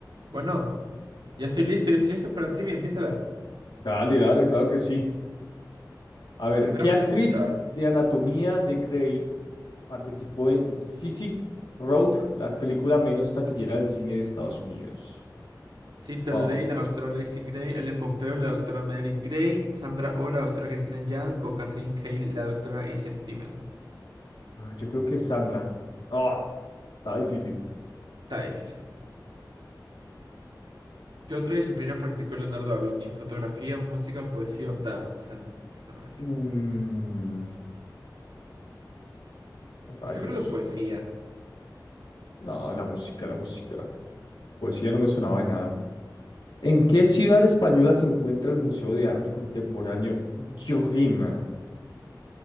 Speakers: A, on the right; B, on the left.
A: Bueno, ya estoy listo, ya estoy listo para la trivia. Empiézala.
B: Dale, dale, claro que sí. A ver,
A: Primera
B: ¿qué actriz
A: pregunta.
B: de Anatomía de Grey participó en Sissy Road, la película menos taquillera del cine de Estados Unidos?
A: Cita
B: Wow,
A: Ley, la doctora Lexi Gray, Ellen Pompeo, la doctora Mary Gray, Sandra Oh, la doctora Cristina Yang o Catherine Hale, la doctora Isia Stevens.
B: yo creo que es Sandra. No, está difícil.
A: Está difícil. ¿Qué otra disciplina practicó Leonardo da Vinci? ¿Fotografía, música, poesía o danza? Esta no la sé.
B: Mm, rayos.
A: Yo creo que poesía.
B: No, la música, la música. Poesía no me sonaba de nada. ¿En qué ciudad española se encuentra el Museo de Arte Contemporáneo Jojima?